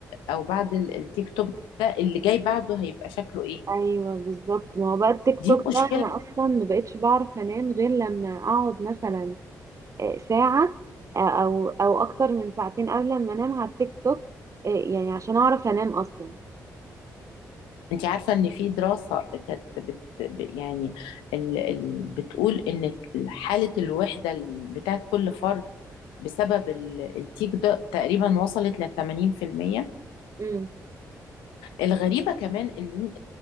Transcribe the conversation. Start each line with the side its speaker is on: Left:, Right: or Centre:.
Left: او بعد ال- التيك توك ده اللي جاي بعده هيبقى شكله ايه
Right: ايوه بالظبط ما هو بقى التيك توك
Left: دي مشكلة
Right: ده انا اصلا ما بقتش بعرف انام غير لما اقعد مثلا آه، ساعة آه، او او اكتر من ساعتين قبل ما انام على التيك توك آه، يعني عشان اعرف انام اصلا
Left: انت عارفة ان في دراسة كانت بت ب- يعني ال... ال... بتقول ان حالة الوحدة ال- بتاعت كل فرد بسبب ال- التيك ده تقريبا وصلت ل 80%
Right: مم.
Left: الغريبة كمان اللي,